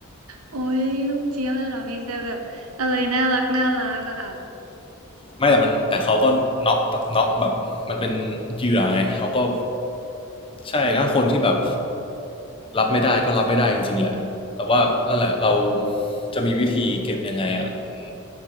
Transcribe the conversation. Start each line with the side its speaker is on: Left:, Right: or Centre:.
Right: โอ้ยลูกเจี๊ยบเลยเหรอมีแต่แบบอะไรน่ารักน่ารักอ่ะ
Left: ไม่แต่มันแต่เขาก็น็อกน็อกแบบมันเป็นเหยื่อไงเขาก็ใช่ถ้าคนที่แบบรับไม่ได้ก็รับไม่ได้จริงๆแหละแต่ว่านั่นแหละเราจะมีวิธีเก็บยังไงอะื